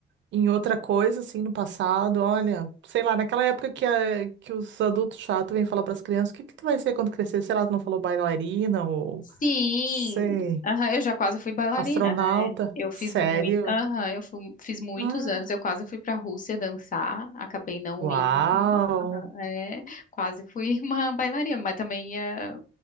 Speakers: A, on the right; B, on the left.
A: em outra coisa, assim, no passado, olha, sei lá, naquela época que, a- que os adultos chatos vêm falar para as crianças, o que que tu vai ser quando crescer? Sei lá, tu não falou bailarina ou,
B: Sim,
A: sei,
B: aham, eu já quase fui bailarina,
A: astronauta?
B: né? Eu fiz
A: Sério?
B: muito, aham, eu fu- fiz muitos
A: Ah,
B: anos, eu quase fui para a Rússia dançar, acabei não
A: uau!
B: indo, aham, é, quase fui <laughs> uma bailarina, mas também ia